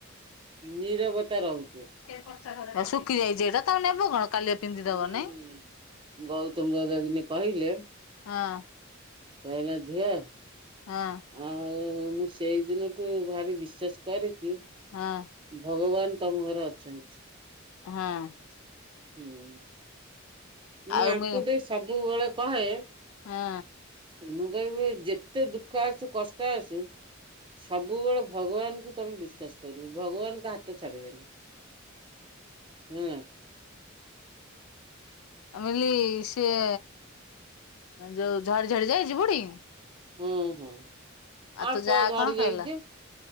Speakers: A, on the right (about 25°); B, on the left (about 85°).
A: ନିରବତା ରହୁଛି।
B: ଶୁଖି ଯାଇଛି ଏଇଟା ତମ ନେବ କଣ? କାଲିଆ ପିନ୍ଧିଦବ
A: ହୁଁ
B: ନାଇଁ
A: ଗୌତମ ଦଦା ଦିନେ କହିଲେ
B: ହଁ।
A: କହିଲେ ଝିଅ
B: ହଁ।
A: ଆଉ ମୁଁ ସେଇ ଦିନଠୁ ଭାରି ବିଶ୍ଵାସ କରିଚି।
B: ହଁ।
A: ଭଗବାନ ତମ ଘରେ ଅଛନ୍ତି।
B: ହଁ।
A: ହୁଁ। ମୁଁ
B: ଆଉ
A: ଆଙ୍କୁ
B: ମି
A: ଦେଇ ସବୁବେଳେ କହେ
B: ହଁ
A: ମୁଁ କହିବି ଯେତେ ଦୁଃଖ ଆସୁ କଷ୍ଟ ଆସୁ ସବୁବେଳେ ଭଗବାନଙ୍କୁ ତମେ ବିଶ୍ଵାସ କରିବି ଭଗବାନଙ୍କ ହାତ ଛାଡିବନି। ହୁଁ।
B: ଆମିଲି ସିଏ ଯୋଉ ଝଡି ଝଡି ଯାଇଛି ବୁଢ଼ୀ
A: ହୁଁ ହୁଁ ଅଲ୍ପ
B: ତୋ ଯା
A: ଝଡି
B: କଣ
A: ଯାଇଚିଆ।
B: କହିଲା